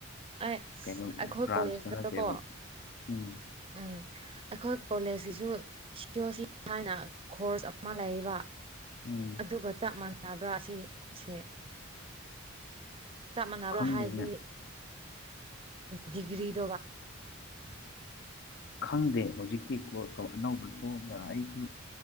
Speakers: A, on the right; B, on the left.
A: ꯑꯩ
B: ꯀꯩꯅꯣ
A: ꯑꯩꯈꯣꯏ
B: ꯕ꯭ꯔꯥꯟꯁꯇ
A: ꯀꯣꯂꯦꯖꯇꯀꯣ
B: ꯅꯠꯇꯦꯕ ꯎꯝ
A: ꯎꯝ ꯑꯩꯈꯣꯏ ꯀꯣꯂꯦꯖꯀꯤꯁꯨ ꯁꯤ ꯑꯣ ꯁꯤ ꯍꯥꯏꯅ ꯀꯣꯔꯁ ꯑꯃ ꯂꯩꯕ
B: ꯎꯝ
A: ꯑꯗꯨꯒ ꯆꯞ ꯃꯥꯟꯅꯕ꯭ꯔꯥ ꯁꯤꯁꯦ ꯆꯞ ꯃꯥꯟꯅꯕ꯭ꯔꯣ
B: ꯈꯪꯗꯦꯅꯦ
A: ꯍꯥꯏꯗꯤ ꯗꯤꯒ꯭ꯔꯤꯗꯧꯕ
B: ꯈꯪꯗꯦ ꯍꯧꯖꯤꯛꯇꯤ ꯀꯣꯔꯁꯇꯣ ꯑꯅꯧꯕ ꯊꯣꯛꯑꯕꯔ ꯑꯩꯁꯨ